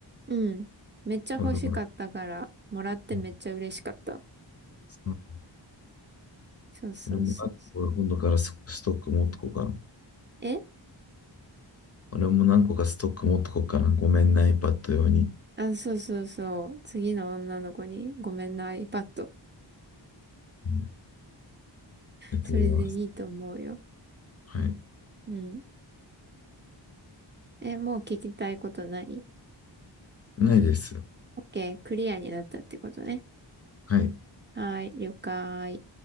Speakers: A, on the right (about 25°); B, on the left (about 35°).
A: うん。めっちゃ欲しかったから、
B: 俺も、
A: もらってめっちゃ嬉しかった。
B: うんそう
A: そうそうそうそう。
B: 俺も何個か今度からスストック持っとこうかな。
A: え
B: 俺も何個かストック持っとこうかな。ごめんな、iPad 用に。
A: あ、そうそうそう。次の女の子に、ごめんな、iPad。
B: うん、やってみます。
A: それでいいと思うよ。
B: はい。
A: うん。え、もう聞きたいことない
B: ないです。
A: ?OK、クリアになったってことね。
B: はい。
A: はーい、了解。